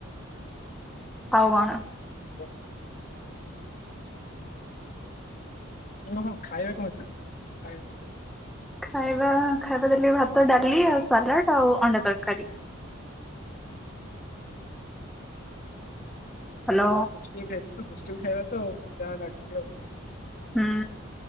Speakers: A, in the centre; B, on the left.
A: ଆଉ କଣ?
B: କଣ ଆଉ ହଁ ଖାଇବା କଣ ହେଇଥିଲା? ଖାଇବା
A: ଖାଇବା ଖାଇବା ଦେଲେ ଭାତ ଡାଲି ଆଉ ସାଲାଡ ଆଉ ଅଣ୍ଡା ତରକାରୀ । ହ୍ୟାଲୋ
B: ହଷ୍ଟେଲ ଖାଇବା ତ ହଷ୍ଟେଲ ଖାଇବା ତ ଯାହା ଲାଗୁଥିବ ଆଉ।
A: ହୁଁ